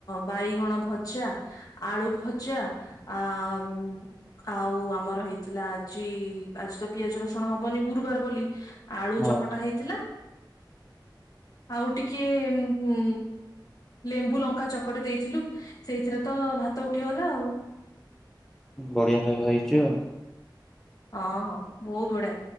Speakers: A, on the left; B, in the centre.
A: ବାଇଗଣ ଭଜା, ଆଳୁ ଭଜା ଆ-ଆ- ମ୍। ଆଉ ଆମର ହେଇଥିଲା ଆଜି ଆଜି ତ ପିଆଜ ରସୁଣ ହବନି ଗୁରୁବାର ବୋଲି। ଆଳୁ
B: ହଁ
A: ଚକଟା ହେଇଥିଲା। ଆଉ ଟିକେ ଉ-ଉଁ ଲେମ୍ବୁ ଲଙ୍କା ଚକଟି ଦେଇଥିଲୁ। ସେଇଥିରେ ତ ଭାତ ଉଠିଗଲା ଆଉ।
B: ବଢିଆ ଖାଇବା ହେଇଚି ଆଉ।
A: ହଁ ହଁ ବହୁତ ବଢିଆ।